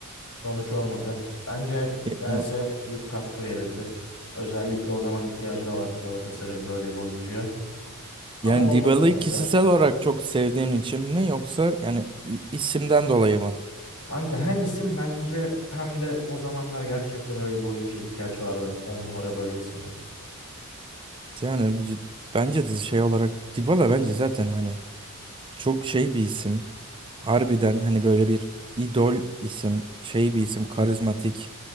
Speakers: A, on the left (about 85°); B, on the right (about 20°).
A: sonuç olmadı. Bence
B: Ya-
A: gelse büyük katkı verirdi. Özellikle o zaman ihtiyacı da vardı Galatasaray'ın böyle bir oyuncuya. Ama
B: Yani
A: olmadı
B: Dybala'yı
A: transfer.
B: kişisel olarak çok sevdiğin için mi yoksa yani i- isimden dolayı mı?
A: Kanka hem isim bence hem de o zamanlar gerçekten öyle bir oyuncuya ihtiyaç vardı on numara bölgesinde.
B: Yani b- bence de şey olarak Dybala bence zaten hani Çok şey bir isim. Harbiden hani böyle bir idol isim, şey bir isim, karizmatik.